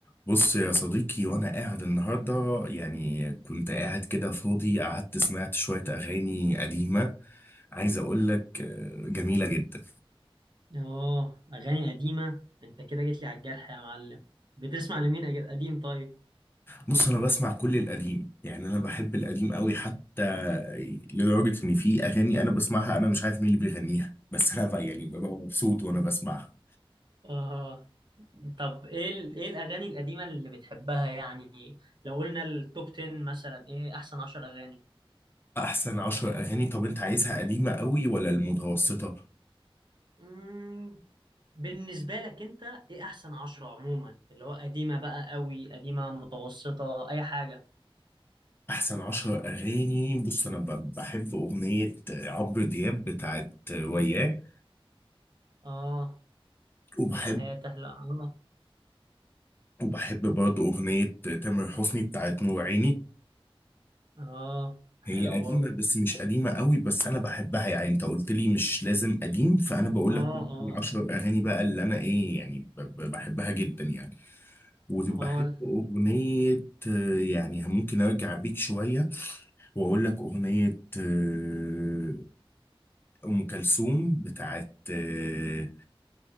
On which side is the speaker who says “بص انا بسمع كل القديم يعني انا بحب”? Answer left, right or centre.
Left